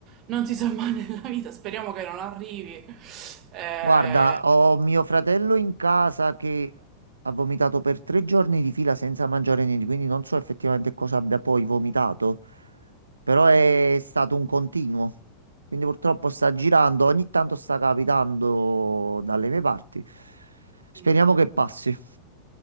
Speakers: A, on the right; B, on the right.
A: non si sa mai nella vita, speriamo che non arrivi. Eh,
B: Guarda, ho mio fratello in casa che ha vomitato per tre giorni di fila senza mangiare niente, quindi non so effettivamente cosa abbia poi vomitato, però è
A: mm,
B: stato un continuo. Quindi purtroppo sta girando, ogni tanto sta capitando dalle mie parti. Speriamo
A: mm.
B: che passi.